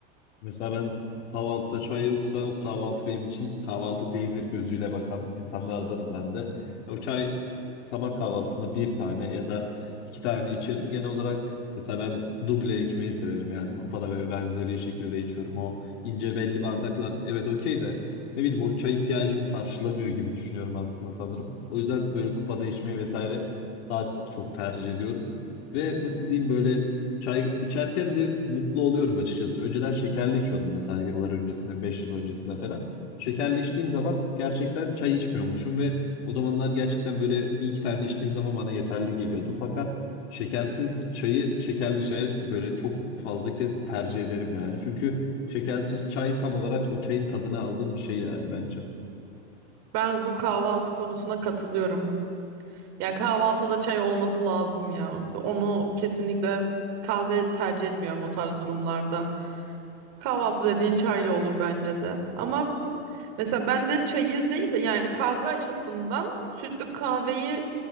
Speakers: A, on the left; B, on the right.
A: Mesela ben kahvaltıda çay yoksa o kahvaltı benim için kahvaltı değildir gözüyle bakan insanlardanım ben de. O çay sabah kahvaltısına bir tane ya da iki tane içerim. Genel olarak mesela ben duble içmeyi severim yani kupada ve benzeri şekilde içiyorum. O ince belli bardaklar evet okey de ne bileyim o çay ihtiyacımı karşılamıyor gibi düşünüyorum aslında sanırım. O yüzden böyle kupada içmeyi vesaire daha çok tercih ediyorum. Ve nasıl diyeyim böyle Çay içerken de mutlu oluyorum açıkçası. Önceden şekerli içiyordum mesela yıllar öncesinde, 5 yıl öncesinde falan. Şekerli içtiğim zaman gerçekten çay içmiyormuşum ve o zamanlar gerçekten böyle bir iki tane içtiğim zaman bana yeterli geliyordu. Fakat şekersiz çayı şekerli çaya böyle çok fazla kez tercih ederim yani. Çünkü şekersiz çay tam olarak o çayın tadını aldığım bir şey yani bence.
B: Ben bu kahvaltı konusuna katılıyorum. Yani kahvaltıda çay olması lazım ya. Onu kesinlikle kahve tercih etmiyorum o tarz durumlarda. Kahvaltı dediğin çaylı olur bence de. Ama mesela ben de çayı değil de yani kahve açısından sütlü kahveyi